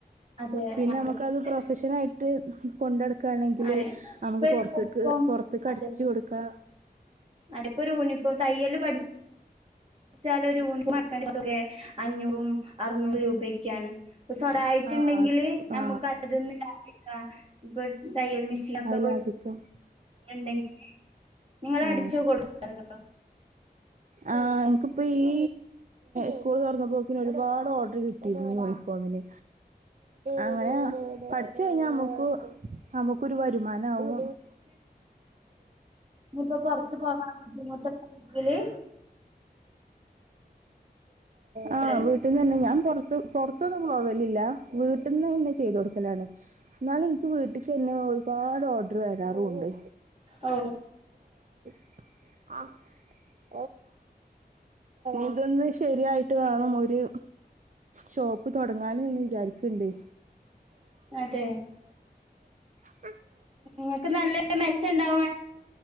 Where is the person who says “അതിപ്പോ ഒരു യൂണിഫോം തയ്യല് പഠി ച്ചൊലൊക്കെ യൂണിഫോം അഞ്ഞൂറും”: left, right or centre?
Right